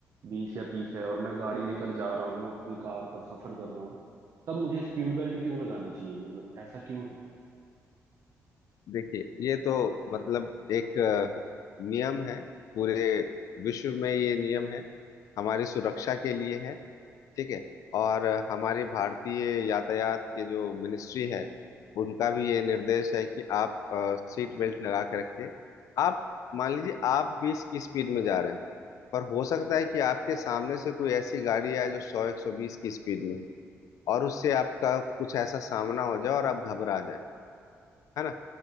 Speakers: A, on the right; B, on the left.
A: बीस या तीस है और मैं गाड़ी लेकर जा रहा हूँ अपनी कार पर सफर कर रहा हूँ तब मुझे स्पीड बेल्ट क्यों लगानी चाहिए मतलब ऐसा क्यों है
B: देखिए ये तो मतलब एक अ, नियम है पूरे विश्व में ये नियम है हमारी सुरक्षा के लिए है ठीक है और अ, हमारी भारतीय यातायात के जो मिनिस्ट्री है उनका भी ये निर्देश है कि आप अ, सीट बेल्ट लगा के रखें आप मान लीजिए आप बीस की स्पीड में जा रहे हैं पर हो सकता है कि आपके सामने से कोई ऐसी गाड़ी आए जो सौ एक सौ बीस की स्पीड में हो और उससे आपका कुछ ऐसा सामना हो जाए और आप घबरा जाए है ना